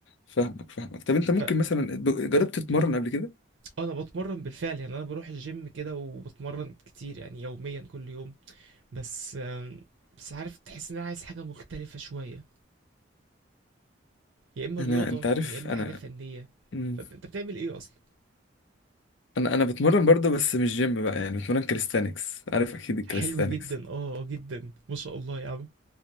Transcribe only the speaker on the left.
فاهمك فاهمك طب انت ممكن
مثلا ب- جربت تتمرن قبل كده
انا
انت عارف
انا
مم.
انا انا بتمرن برضه بس مش جيم بقى يعني بتمرن كاليستانكس عارف اكيد الكاليستانكس